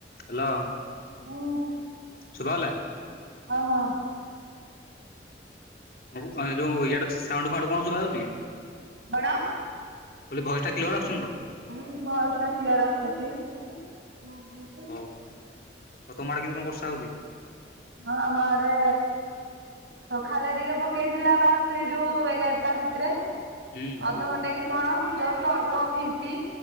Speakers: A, on the left; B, on the right.
A: ହାଲୋ।
B: ହୁଁ।
A: ଶୁଭାହେଲା?
B: ହଁ ହଁ।
A: ଏ ଯୋଉଁ ଇଆଡୁ ସାଉଣ୍ଡ ଫାଉଣ୍ଡ କଣ ଶୁଭା ଯାଉଛି କି?
B: କଣ?
A: ମୁଁ କହିଲି ଭଏସଟା କ୍ଲିୟର ଆସୁଛି ମୋର?
B: ହୁଁ। ଭଏସଟା କ୍ଲିୟର ଆସୁଛି। ହ
A: ହଉ। ହଉ ତମ ଆଡେ କେମତି କଣ ବର୍ଷା ହଉଛି?
B: ହଁ, ଆମ ଆଡ଼େ ସଖାଳେ ଟିକେ ପକେଇଥିଲା ବା ସେ ଯୋଉ ଏଗାରଟା ଭିତରେ
A: ହୁଁ
B: ଅଧଘଣ୍ଟେ କି କଣ? ଜଷ୍ଟ ଅଳ୍ପ ଫିମ୍ପି।